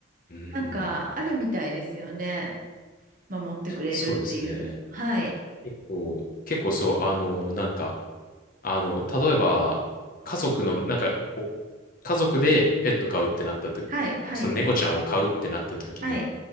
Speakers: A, on the left (about 45°); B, on the right (about 40°).
A: うーん、
B: なんか、あるみたいですよね。守ってくれるっていう。
A: そうですね。
B: はい。
A: 結構、結構そう、あのー、なんか、あの、例えば、家族の、なんか、こう家族でペット飼うってなったと、
B: はい、はい、
A: その猫ちゃんを飼うってなった時に、
B: はい。